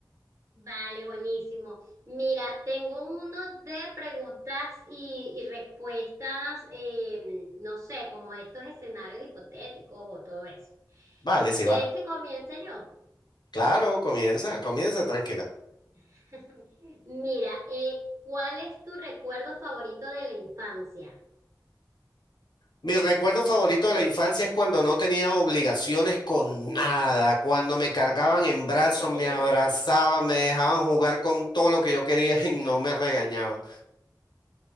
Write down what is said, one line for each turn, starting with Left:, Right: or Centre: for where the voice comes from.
Right: vale, buenísimo. Mira, tengo uno de preguntas y, y respuestas, em, no sé, como de estos escenarios hipotéticos o todo eso.
Left: Vale, sí
Right: ¿Quieres
Left: va.
Right: que comience yo?
Left: Claro, comienza, comienza, tranquila.
Right: <laughs> Mira, eh, ¿cuál es tu recuerdo favorito de la infancia?
Left: Mi recuerdo favorito de la infancia es cuando no tenía obligaciones con nada, cuando me cargaban
Right: <laughs>
Left: en brazos, me abrazaban, me dejaban jugar con todo lo que yo quería <laughs> y no me regañaban.